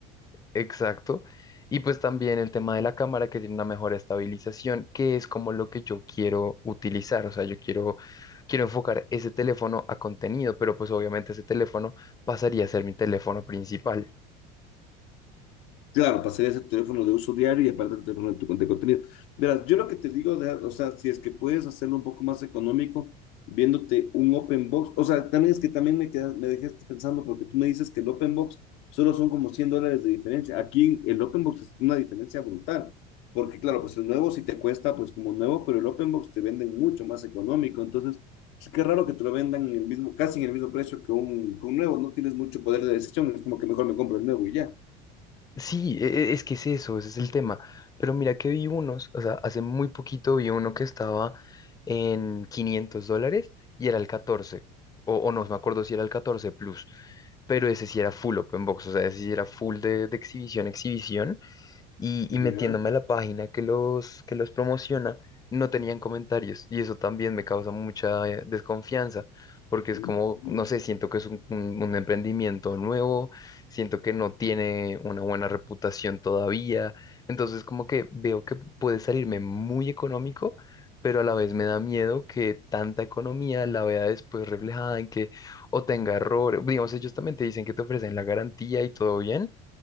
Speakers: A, on the left (about 20°); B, on the left (about 70°).
A: Exacto. Y pues también el tema de la cámara que tiene una mejor estabilización, que es como lo que yo quiero utilizar. O sea, yo quiero, quiero enfocar ese teléfono a contenido, pero pues obviamente ese teléfono pasaría a ser mi teléfono principal.
B: Claro, pasarías a teléfono de uso diario y aparte el teléfono de tu de contenido. Verás, yo lo que te digo, de- o sea, si es que puedes hacerlo un poco más económico, viéndote un open box, o sea, también es que también me quedas, me dejaste pensando porque tú me dices que el open box solo son como 100 dólares de diferencia. Aquí el open box es una diferencia brutal, porque claro, pues el nuevo sí te cuesta pues como nuevo, pero el open box te venden mucho más económico, entonces es que raro que te lo vendan en el mismo, casi en el mismo precio que un, que un nuevo, no tienes mucho poder de decisión, es como que mejor me compro el nuevo y ya.
A: Sí, e- e- es que es eso, ese es el tema. Pero mira que vi unos, o sea, hace muy poquito vi uno que estaba en 500 dólares y era el 14 o, o no me acuerdo si era el 14 Plus, pero ese sí era full open box, o sea, ese sí era full de de exhibición, exhibición. y,
B: Ya.
A: y metiéndome a la página que los, que los promociona, no tenían comentarios y eso también me causa mucha eh, desconfianza porque es
B: Ujú.
A: como, no sé, siento que es un, un- un emprendimiento nuevo, siento que no tiene una buena reputación todavía, entonces como que veo que puede salirme muy económico. pero a la vez me da miedo que tanta economía la vea después reflejada en que o tenga errores. Digamos, ellos también te dicen que te ofrecen la garantía y todo bien,